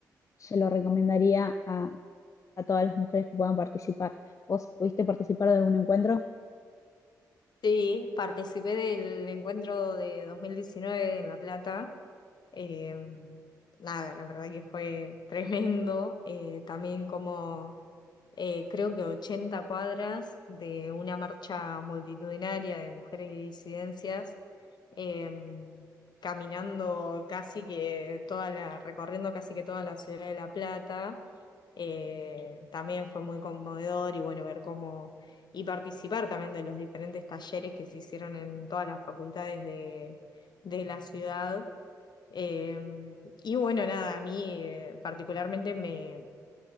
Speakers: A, on the left; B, on the left.
A: se lo recomendaría a, a todas las mujeres que puedan participar. ¿Vos pudiste participar de algún encuentro?
B: Sí, participé del encuentro de 2019 en La Plata. eh, nada, la verdad que fue tremendo. eh, también como eh, creo que 80 cuadras de una marcha multitudinaria de mujeres y disidencias, eh, caminando casi que toda la, recorriendo casi que toda la ciudad de La Plata. Eh, también fue muy conmovedor y bueno, ver cómo, y participar también de los diferentes talleres que se hicieron en todas las facultades de, de la ciudad. Eh, y bueno, nada, a mí eh, particularmente me